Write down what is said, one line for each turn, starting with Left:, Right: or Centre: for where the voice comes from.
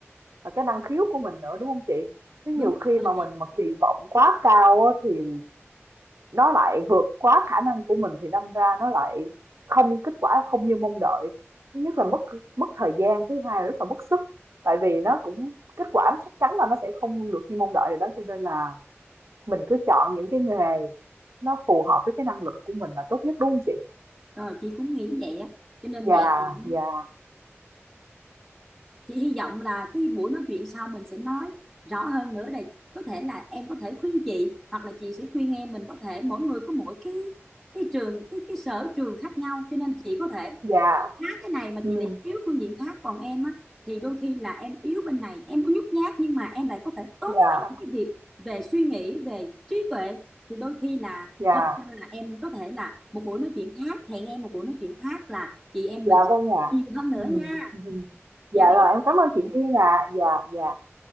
Right: và cái năng khiếu của mình nữa đúng không chị? Chứ
Centre: đúng
Right: nhiều
Centre: rồi
Right: khi mà mình mà kỳ vọng quá cao á, thì nó lại vượt quá khả năng của mình thì đâm ra nó lại không kết quả không như mong đợi. Thứ nhất là mất mất thời gian, thứ hai là rất là mất sức. Tại vì nó cũng kết quả chắc chắn là nó sẽ không được như mong đợi rồi đó cho nên là mình cứ chọn những cái nghề nó phù hợp với cái năng lực của mình là tốt nhất đúng không chị?
Centre: đó. rồi chị cũng nghĩ vậy á cho nên
Right: Dạ,
Centre: vậy thì
Right: dạ,
Centre: chị hy vọng là cái buổi nói chuyện sau mình sẽ nói rõ hơn nữa này có thể là em có thể khuyên chị hoặc là chị sẽ khuyên em mình có thể mỗi người có mỗi cái cái trường cái cái sở trường khác nhau cho nên chị có thể
Right: dạ,
Centre: khá cái này mà chị
Right: ừm,
Centre: lại yếu phương diện khác còn em á thì đôi khi là em yếu bên này em có nhút nhát nhưng mà em lại có thể tốt
Right: dạ,
Centre: về những cái việc về suy nghĩ về trí tuệ thì đôi khi là
Right: dạ,
Centre: hôm sau là em có thể là một buổi nói chuyện khác hẹn em một buổi nói chuyện khác là chị em
Right: dạ,
Centre: mình
Right: vâng ạ.
Centre: nhiều hơn nữa
Right: Ừm,
Centre: nha
Right: ừm, dạ,
Centre: Chào
Right: rồi, em cảm ơn chị Duyên ạ. Dạ, dạ.